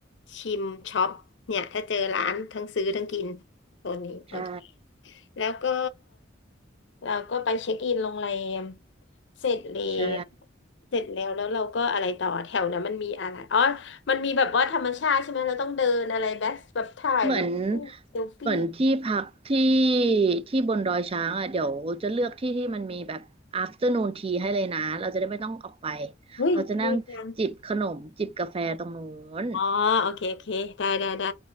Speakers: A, on the left (about 65°); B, on the right (about 30°).
A: ชิมช็อปเนี่ยถ้าเจอร้านทั้งซื้อทั้งกินโซนนี้โอเค
B: ใช่
A: แล้วก็เราก็ไปเช็คอินโรงแรมเสร็จแล้ว
B: ใช่
A: เสร็จแล้วแล้วเราก็อะไรต่อแถวนั้นมันมีอะไรอ๋อมันมีแบบว่าธรรมชาติใช่ไหมเราต้องเดินอะไรแบบแบบถ่ายรูปเซลฟี่
B: เหมือนเหมือนที่พักที่ที่บนดอยช้างอ่ะเดี๋ยวจะเลือกที่ที่มันมีแบบ afternoon tea ให้เลยนะเราจะได้ไม่ต้องออกไป
A: เฮ้ยดีจัง
B: เราจะนั่งจิบขนมจิบกาแฟตรงนู้น
A: อ๋อโอเคโอเคได้ได้ได้